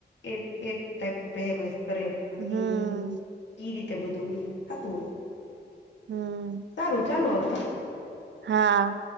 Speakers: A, on the left; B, on the right.
A: એક એક ટાઈપ નુ પહેરવેશ કરે પછી
B: હમ
A: ઈ રીતે બધું ઈ થાતું હોય
B: હમ
A: સારું ચાલો હવે
B: હા